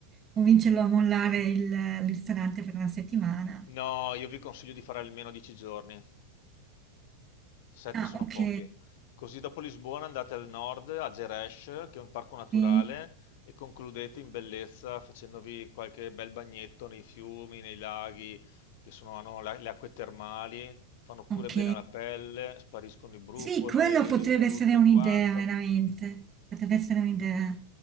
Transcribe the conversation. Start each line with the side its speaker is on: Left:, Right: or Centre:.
Right: convincerlo a mollare il, il ristorante per una settimana.
Left: No, io vi consiglio di fare almeno 10 giorni. Sette
Right: Ah,
Left: sono
Right: ok,
Left: pochi. Così dopo Lisbona andate al nord, a Gerês, che è un parco naturale,
Right: sì,
Left: e concludete in bellezza facendovi qualche bel bagnetto nei fiumi, nei laghi, che sono, hanno la- le acque termali, fanno pure
Right: ok.
Left: bene alla pelle, spariscono i brufoli,
Right: Sì, quello potrebbe
Left: tutto
Right: essere un'idea,
Left: quanto.
Right: veramente. Potrebbe essere un'idea.